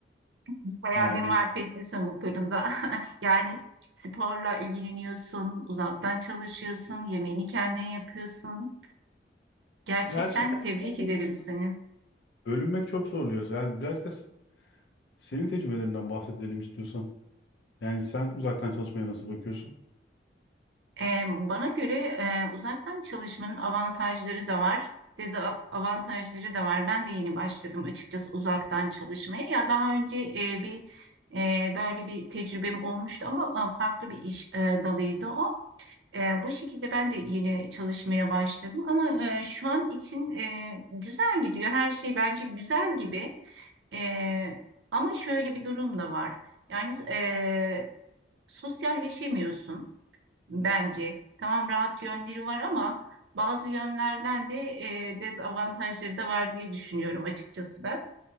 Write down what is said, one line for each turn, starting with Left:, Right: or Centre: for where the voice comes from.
Right: Bayağı
Left: Yani
Right: bir marifetlisin bu konuda. <laughs> Yani sporla ilgileniyorsun, uzaktan çalışıyorsun, yemeğini kendin yapıyorsun. Gerçekten
Left: her şey
Right: tebrik
Left: yapmaya
Right: ederim
Left: çalışmak.
Right: seni.
Left: bölünmek çok zorluyor. Yani birazcık da s- senin tecrübelerinden bahsedelim istiyorsan. Yani sen uzaktan çalışmaya nasıl bakıyorsun?
Right: Ee, bana göre e, uzaktan çalışmanın avantajları da var, dezavantajları da var. Ben de yeni başladım açıkçası uzaktan çalışmaya. Ya daha önce e, bir e, böyle bir tecrübem olmuştu ama e, farklı bir iş e, dalıydı o. E, bu şekilde ben de yeni çalışmaya başladım ama e, şu an için e, güzel gidiyor. Her şey bence güzel gibi. E, ama şöyle bir durum da var. Yani e, sosyalleşemiyorsun bence. Tamam rahat yönleri var ama bazı yönlerden de e, dezavantajları da var diye düşünüyorum açıkçası ben.